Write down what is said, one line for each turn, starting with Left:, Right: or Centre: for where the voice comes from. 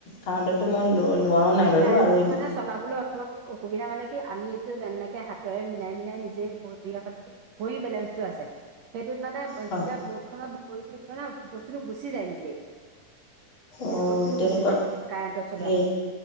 Left: কাউণ্টাৰটো মই লোৱাও নাই
Right: এই
Left: বাৰু
Right: কাৰেণ্টতো
Left: আৰু ইম
Right: মানে চলাবলৈ অলপ অসুবিধা মানে আমি এইটো যেনেকে হাতেৰে মিলাই -মিলাই নিজে ভৰি <unintelligible> ভৰি বেলেঞ্চটো আছে সেই ত'মানে যেতিয়া
Left: হয়
Right: বৰ্ড খনত ভৰিটো দিব ন' বস্তুটো গুচি যায় নিজে। সেইটো
Left: অঁ
Right: বস্তুটো
Left: তেনেকুৱা
Right: গুচি যায় কাৰেণ্টত চলোৱাটো।
Left: সেই